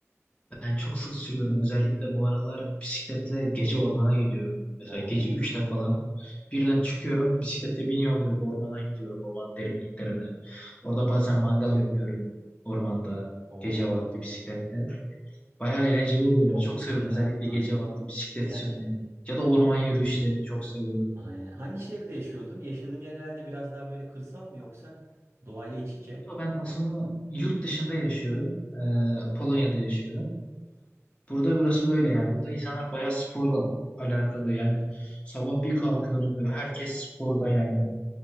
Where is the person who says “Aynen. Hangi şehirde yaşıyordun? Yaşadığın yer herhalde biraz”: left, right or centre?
Right